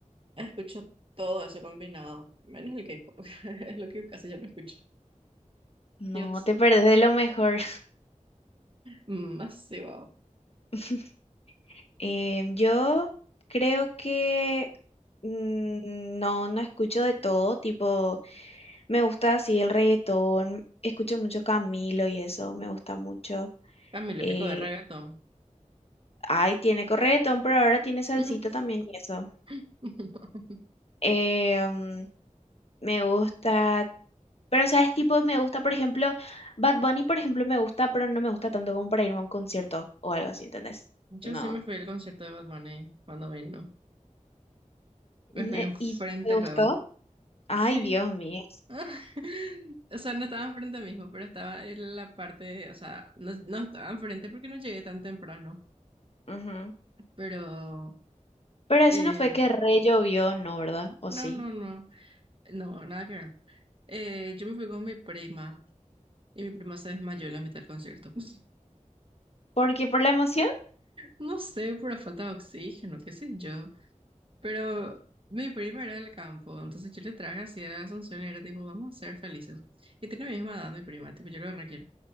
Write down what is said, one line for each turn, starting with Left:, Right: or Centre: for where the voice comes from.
Right: escucho todo eso combinado, menos el K-pop, <laughs> es lo que casi yo no escucho.
Left: No,
Right: Dios,
Left: te perdés de lo mejor.
Right: más sí, wow.
Left: <laughs> Eh, yo creo que mm, no, no escucho de todo, tipo, me gusta así el reggaetón, escucho mucho Camilo y eso, me gusta mucho.
Right: Camilo
Left: Eh,
Right: Pico de reggaetón.
Left: ay, tiene corretón, pero ahora tiene salsita
Right: <laughs>
Left: también y eso.
Right: <laughs>
Left: Eh, mm, me gusta, pero sabes, tipo, me gusta, por ejemplo, Bad Bunny, por ejemplo, me gusta, pero no me gusta tanto como para irme a un concierto o algo así, ¿entendés?
Right: Yo
Left: No.
Right: sí me fui al concierto de Bad Bunny cuando vino. Me
Left: Ne-
Right: fui enfrente
Left: ¿Y te gustó?
Right: luego.
Left: Ay,
Right: Sí.
Left: Dios mío.
Right: <laughs> O sea, no estaba enfrente mismo, pero estaba en la parte, o sea, no, no estaba enfrente porque no llegué tan temprano.
Left: Ujú.
Right: Pero,
Left: Pero eso
Right: eh,
Left: no fue que re llovió, no, ¿verdad? ¿O
Right: no,
Left: sí?
Right: no, no, no, nada que ver. Eh, yo me fui con mi prima y mi prima se desmayó en la mitad del concierto. <laughs>
Left: Porque por la emoción,
Right: No sé, por la falta de oxígeno, qué sé yo. Pero mi prima era del campo, entonces yo le traje así a Asunción y era tipo, vamos a ser felices. Y tiene mi misma edad mi prima, tipo, yo lo requiero.